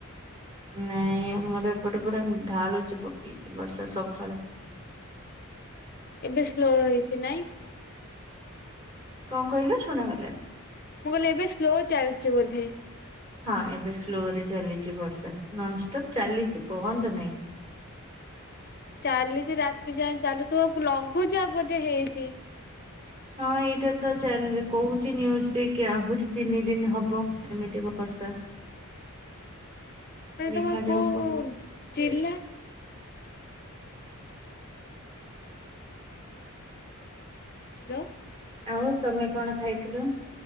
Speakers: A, on the right (about 30°); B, on the left (about 45°).
A: ନାଇଁ ଆମର ଏପଟେ ପୁରା ଢାଳୁଛି ପକେଇକି ବର୍ଷା ସକାଳୁ।
B: ଏବେ ସ୍ଲୋ ହେଇଛି ନାଇଁ?
A: କଣ କହିଲୁ ଶୁଣା ଗଲାନି।
B: ମୁଁ କହିଲି ଏବେ ସ୍ଲୋ ଚାଲିଛି ବୋଧେ।
A: ହଁ ଏବେ ସ୍ଲୋ ରେ ଚାଲିଛି ବର୍ଷା ନନଷ୍ଟପ୍ ଚାଲିଛି ବନ୍ଦ ନାଇଁ।
B: ଚାଲିଛି ରାତି ଯାଏ ଚାଲୁଥିବ ତୁ ଲଘୁଚାପ ବୋଧେ ହେଇଚି।
A: ହଁ ଏଇଟା ତ ଚାଲ କହୁଚି ନିୟୁଜ ରେ କି ଆହୁରି ତିନି ଦିନ ହବ ଏମିତି ବର୍ଷା। <inaudible>
B: ମାନେ
A: ଦେଖାଯାଉ
B: ତମର କୋଉ
A: କଣ
B: ଜିଲ୍ଲା? ହ୍ୟାଲୋ।
A: ଆଉ ତମେ କଣ ଖାଇଥିଲ?